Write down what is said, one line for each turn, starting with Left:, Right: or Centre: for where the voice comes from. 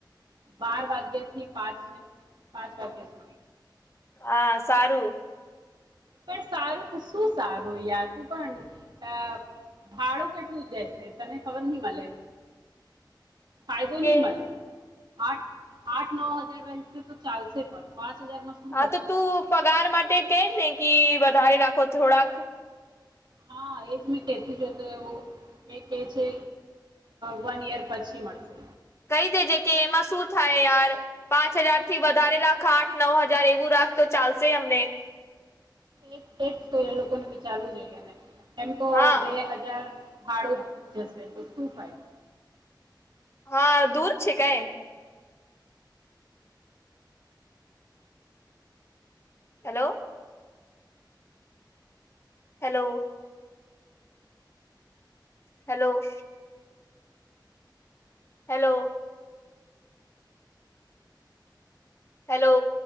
Right: બાર વાગ્યાથી પાંચ પાંચ વાગ્યા સુધી
Left: હા સારું
Right: પણ સારું તો શું સારું યાર તું પણ આ ભાડું કેટલું જેસે તને ખબર ની મલે ફાયદો
Left: કે
Right: ની મલે આઠ આઠ નવ હજાર રહેશે તો ચાલશે પણ પાંચ હજારમાં શું
Left: હા
Right: થશે
Left: તો તું પગાર માટે કેજ ને કે વધારે રાખો થોડાક
Right: હા એજ મેં કેતી જતો એવું એક એ છે. વન યર પછી મળશે
Left: <unintelligible> કે એમાં શું થાય યાર પાંચ હજારથી વધારે રાખ આઠ નવ હજાર એવું રાખ તો ચા લસે અમને
Right: એ એજ તો એ લોકોને વિચારવું જોઈએ ને એમ તો
Left: હા
Right: બે હજાર ફાડો જશે તો શું ફાયદો
Left: હા દૂર છે, કઈ hello. Hello. Hello. Hello. Hello